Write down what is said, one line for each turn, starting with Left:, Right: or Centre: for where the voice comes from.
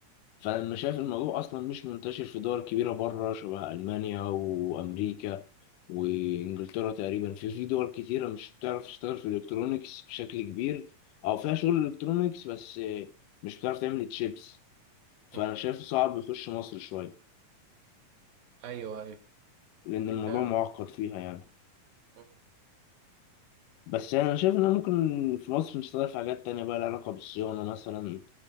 Left: فأنا شايف الموضوع أصلا مش منتشر في دول كبيرة بره شبه ألمانيا وأمريكا وإنجلترا تقريبا في في دول كتيرة مش بتعرف تشتغل في الإلكترونيكس بشكل كبير أو فيها شغل إلكترونيكس بس مش بتعرف تعمل تشيبس فأنا
Right: مم.
Left: شايف صعب يخش مصر شوية
Right: ايوه ايوه
Left: لأن الموضوع
Right: فعلا
Left: معقد فيها يعني
Right: مم.
Left: بس يعني أنا شايف إن ممكن في مصر نشتغل في حاجات تانية بقى لها علاقة بالصيانة مثلا